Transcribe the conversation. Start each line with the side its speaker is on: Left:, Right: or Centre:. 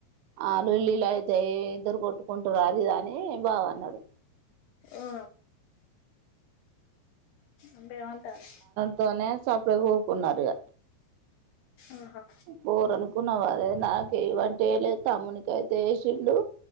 Right: ఆ లొల్లిలైతయి ఇద్దరు కొట్టుకుంటారు. అది ఇది అని బావ అన్నారు.
Left: ఆ అంటే ఏమన్ టర్
Right: తనే సప్పుడు కుకున్నారు ఇగ
Left: ఆహా
Right: పోరనుకున్న వాళ నాక ఏవంటే ఎయ్య లేదు. తమ్ముని కైతే ఏసిండు.